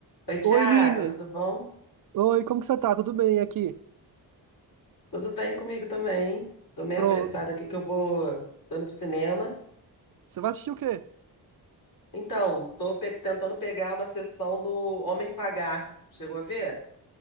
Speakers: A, on the left (about 65°); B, on the right (about 55°).
A: Oi, Tiago,
B: Oi, Nina.
A: tudo bom?
B: Oi, como que você tá? Tudo bem aqui?
A: Tudo bem comigo também. Tô meio
B: Pronto.
A: apressada aqui que eu vou. Tô indo pro cinema.
B: Você vai assistir o quê?
A: Então, tô pe- tentando pegar uma sessão do Homem com H. Chegou a ver?